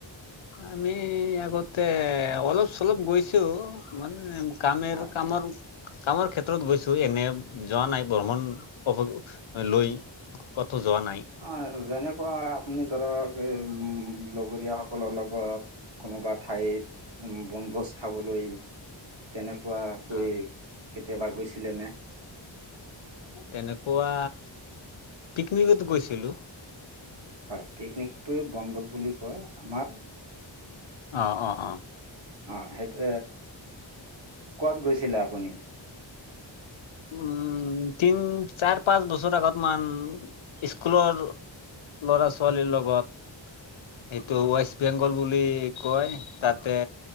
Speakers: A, on the left; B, on the right.
A: আমি আগতে অলপ চলপ গৈছোঁ মানে কামেৰ
B: হয়
A: কামৰ
B: হয়
A: কামৰ ক্ষেত্ৰত গৈছোঁ এনেই যোৱা নাই ভ্ৰমণ <unintelligible> লৈ। ক'তো যোৱা নাই
B: অ' যেনেকুৱা আপুনি ধৰক এ উম, লগৰীয় সকলৰ লগত। কোনোবা ঠাইত উম, বনভোজ খাবলৈ তেনেক কোৱাকৈ
A: অ
B: কেতিয়াবা গৈছিলেনে।
A: তেনেকুৱা, পিকনিকত গৈছিলোঁ।
B: হয় পিকনিকটোৱে বনভোজ বুলি কয়। আমাৰ
A: অ', অ', অ'।
B: অ' সেইটো, ক'ত গৈছিলে আপুনি।
A: উম, তিন চাৰ পাঁচ বছৰ আগত মান স্কুলৰ ল'ৰা ছোৱালীৰ লগত। এইটো ৱেষ্ট বেংগল বুলি কয় তাতে